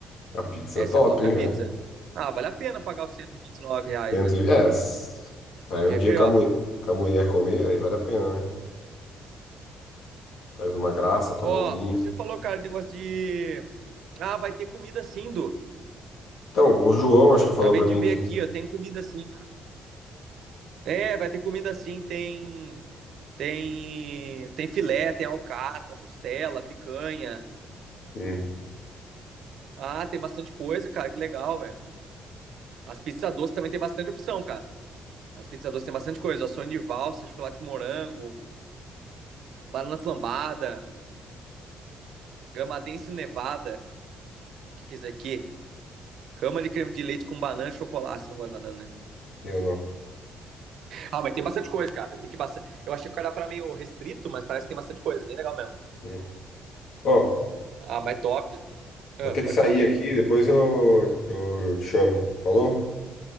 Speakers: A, on the left; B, on the right.
A: A pizza
B: Essa
A: é top,
B: é a top
A: hein,
B: é pizza.
A: velho?
B: Ah, vale a pena pagar os 129 reais,
A: Tento
B: né?
A: ir- É, s- vai
B: Quer
A: um dia
B: ver,
A: com
B: ó?
A: a mulher, com a mulher comer, aí vale a pena, né? Faz uma graça, toma
B: Ó,
A: um vinho.
B: você falou, cara, de negócio de. Ah, vai ter comida sim, Du.
A: Então, o João acho que falou
B: Acabei
A: pra
B: de
A: mim
B: ver
A: que.
B: aqui, ó. Tem comida sim. É, vai ter comida sim. Tem. Tem. Tem filé, tem alcatra, costela, picanha.
A: Hum,
B: Ah, tem bastante coisa, cara. Que legal, velho. As pizzas doces também tem bastante opção, cara. As pizzas doces tem bastante coisa. Sonho de valsa, chocolate com morango, banana flambada, gramadense nevada. O que que é isso aqui? Cama de creme de leite com banana e chocolate. Você não gosta de banana, né?
A: eu não.
B: Ah, mas tem bastante coisa, cara. Eu, vi que bastante... eu achei que o cardápio era meio restrito, mas parece que tem bastante coisa. Bem legal mesmo.
A: Hum. Ó,
B: Ah, mas top. Ah,
A: Vou ter que
B: pode
A: sair
B: falar.
A: aqui, depois eu, eu te chamo. Falou?